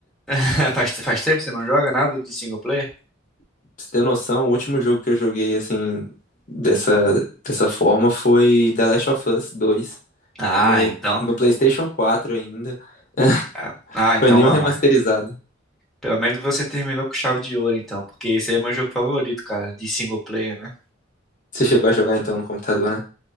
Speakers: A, in the centre; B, on the left.
A: <laughs> Faz, faz tempo que você não joga nada de single player?
B: Pra você ter noção, o último jogo que eu joguei assim, dessa, dessa forma foi The Last of Us 2,
A: Ah,
B: no,
A: então.
B: no PlayStation 4 ainda. <laughs>
A: Ah, ah, então,
B: Foi nem
A: mamá.
B: o remasterizado.
A: Pelo menos você terminou com chave de ouro, então. Porque esse aí é meu jogo favorito, cara. De single player, né?
B: Você chegou a jogar então no computador, né?